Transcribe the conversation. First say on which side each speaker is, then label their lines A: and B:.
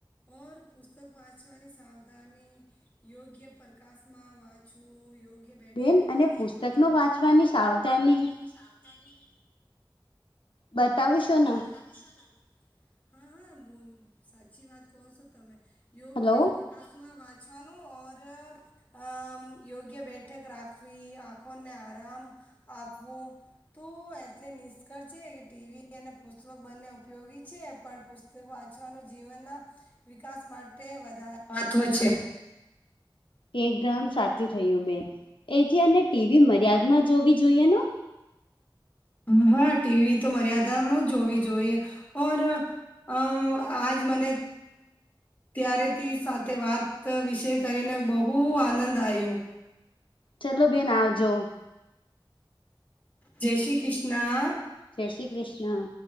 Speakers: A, on the left; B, on the left.
A: ઓર પુસ્તક વાંચવાની સાવધાની યોગ્ય પ્રકાશમાં વાંચવું યોગ્ય બેઠક
B: બેન અને પુસ્તકનો
A: પુસ્તકો
B: વાંચવાની સાવધાની
A: વાંચવાની સાવધાની
B: બતાવું છું ને
A: હા હા હા સાચી વાત કહો છો તમે યોગ્ય
B: હલો
A: પ્રકાર વાંચવાનું ઔર આ યોગ્ય બેઠક રાખવી આંખોને આરામ આપવું તું એટલે નિષ્કળ છે કે ટીવી અને પુસ્તક બંને ઉપયોગી છે પણ પુસ્તક વાંચવાનું જીવનના વિકાસ માટે વધારે મહત્વ છે.
B: એકદમ સાચું થયું બેન એથી અને ટીવી મર્યાદમાં જોવી જોઈએ
A: હ હા ટીવી તો મર્યાદા જ જોવી જોઈએ ઓર અમ આજ મને ત્યારેથી સાથે વાત વિષય કરીને બહુ આનંદ આયો.
B: ચલો બેન આવજો
A: જય શ્રી કૃષ્ણ
B: જય શ્રી કૃષ્ણ